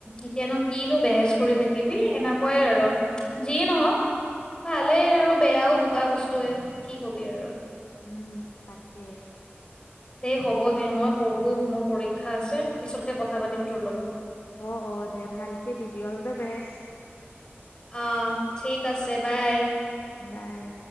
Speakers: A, on the left (about 20°); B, on the left (about 70°).
A: এতিয়ানো কিনো বেহেজ কৰি থাকিবি এনেকুৱাইে আৰু যিয়ে নহক ভালেই আৰু বেয়াও দুটা বস্তুৱে কি কবি আৰু
B: উম তাকে
A: দেই হ'ব দে মই পঢ়ো মোৰ পৰীক্ষা আছে পিছতকে কথা পাতিম তোৰ লগত
B: অ অ দে ভালকে দিবি অল দা বেষ্ট
A: অ ঠিক আছে বাই
B: বাই